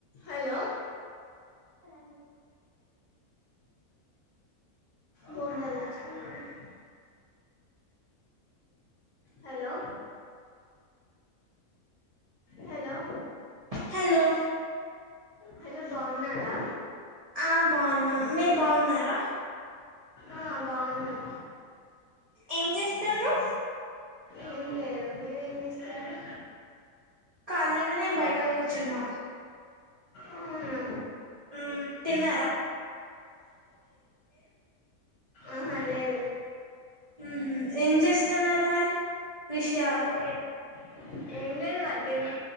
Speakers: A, on the left; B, on the right.
A: Hello
B: రండి
A: బోండాలు తెచ్చు హలో హలో
B: హలో
A: హలో బాగున్నారా
B: ఆ బాగున్నాం మీరు బాగున్నారా
A: ఆ బాగున్నాం
B: ఏం చేస్తుడ్రు
A: ఏం లేదు మీరేం చేస్తూరు
B: ఖాళీగా నే బయట కూర్చున్నా
A: అవునా
B: ఉ తిన్నారా
A: ఆహా లేదు
B: ఉమ్మ్ ఏం చేస్తున్నారు మరి విషయాలు
A: ఏ ఏం లేదు వట్టిగానే